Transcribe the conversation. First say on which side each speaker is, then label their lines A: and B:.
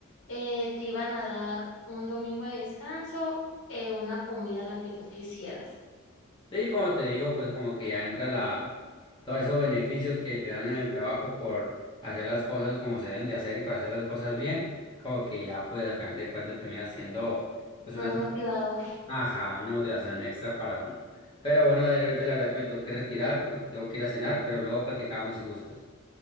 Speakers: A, on the left (about 70°); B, on the left (about 25°).
A: eh, te iban a dar un domingo de descanso, eh, una comida la que tú quisieras.
B: Sí, como te digo, pues como que ya entra la, todos esos beneficios que te dan en el trabajo por hacer las cosas como se deben de hacer y por hacer las cosas bien, como que ya pues al final de cuentas termina siendo pues
A: Más
B: una,
A: motivador.
B: ajá, una motivación extra para uno. Pero bueno, Dani, ahorita la verdad que me tengo que retirar porque tengo que ir a cenar, pero luego platicamos si gustas.